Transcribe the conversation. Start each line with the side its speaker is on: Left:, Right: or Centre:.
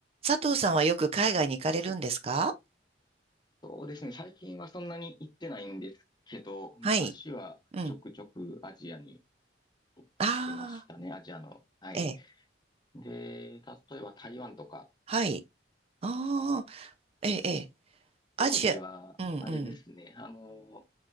Right: 佐藤さんはよく海外に行かれるんですか
Left: はい。そうですね。最近はそんなに行ってないんですけど、
Right: はい。
Left: 昔はちょくちょくアジアに
Right: うん。
Left: 行ってましたね。
Right: ああ、
Left: アジアの。はい。
Right: ええ。
Left: で、例えば台湾とか、
Right: はい。ああ、
Left: ね、
Right: ええ、ええ。アジア、
Left: 当時は、
Right: うんうん。
Left: あれですね。あの、